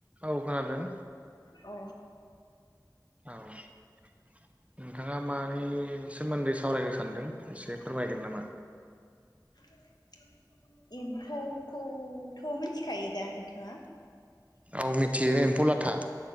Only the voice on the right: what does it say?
औ खोनादों
औ नोंथाङा मानि सोमोन्दै सावरायनो सानदों एसे फोरमायगोन नामा
औ मिथियो एम्फौ लाथा